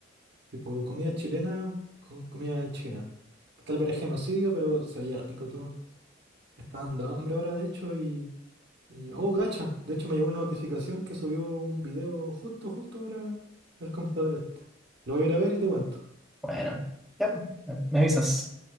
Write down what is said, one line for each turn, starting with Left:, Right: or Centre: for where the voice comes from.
Right: Tipo, comida chilena con comida china. Tal vez era genocidio, pero se veía rico todo. Me Está dando hambre ahora, de hecho, y, y... Oh, gacha. De hecho, me llegó una notificación que subió un video justo, justo ahora el compadre este. Lo voy a ir a ver y te cuento.
Centre: Bueno, ya, pues, me avisas,